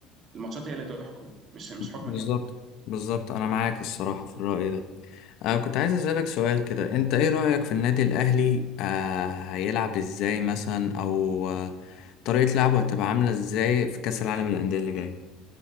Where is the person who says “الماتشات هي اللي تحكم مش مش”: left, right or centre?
Right